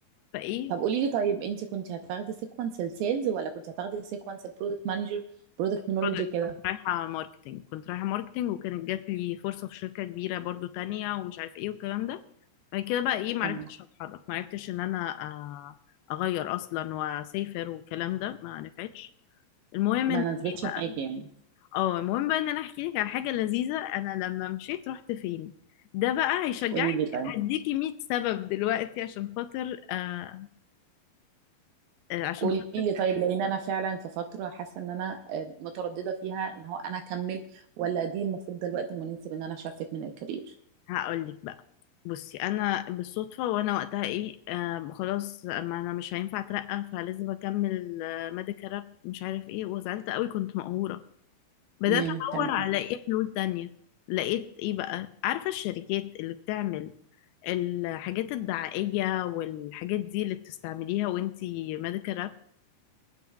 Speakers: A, on the left (about 80°); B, on the right (about 75°).
A: فايه
B: طب قولي لي طيب انت كنت هتاخدي سيكونس السيلز ولا كنت هتاخدي سيكونس البرودكت مانجر برودكت مانجر
A: product.
B: وكده
A: كنت رايحة ماركتينج كنت رايحة ماركتينج وكانت جات لي فرصة في شركة كبيرة برضو تانية ومش عارف ايه والكلام ده بعد كده بقى ايه معرفتش
B: تمام
A: اتحرك معرفتش ان انا آه، اغير اصلا واسافر والكلام ده ما نفعتش المهم
B: ما
A: ان إيه
B: ناسبتش
A: بقى
B: معاكي يعني
A: اه المهم بقى ان انا احكي لك على حاجه لذيذه انا لما مشيت رحت فين ده بقى هيشجعك
B: قولي لي طيب
A: هديكي 100 سبب دلوقتي عشان خاطر آه آه، عشان
B: قولي
A: خاطر
B: لي طيب لان انا فعلا في فتره حاسه ان انا آه، متردده فيها ان هو انا اكمل ولا دي المفروض ده الوقت المناسب ان انا شفت من الكارير
A: هقول لك بقى بصي انا بالصدفه وانا وقتها ايه آه خلاص ما انا مش هينفع اترقى فلازم اكمل آه ميديكال راب مش عارف ايه وزعلت قوي كنت مقهوره بدأت
B: امم تمام
A: أدور على إيه حلول تانية لقيت إيه بقى عارفة الشركات اللي بتعمل الحاجات الدعائية والحاجات دي اللي بتستعمليها وانتي ميديكال راب